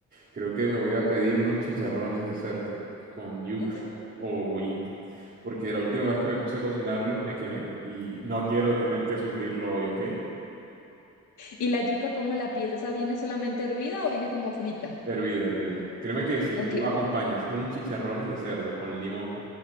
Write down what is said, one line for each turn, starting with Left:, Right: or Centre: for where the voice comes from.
Right: Creo que me voy a pedir unos chicharrones de cerdo con yuca
Left: Uf.
Right: o bollito, porque la última vez que me puse a cocinarlos me quemé y no quiero tener que sufrirlo hoy, ¿ok?
Left: ¿Y la yuca cómo la pides? ¿Esa viene solamente hervida o viene como frita?
Right: Hervida, hervida. Créeme que si
Left: Ok.
Right: tú acompañas unos chicharrones de cerdo con limón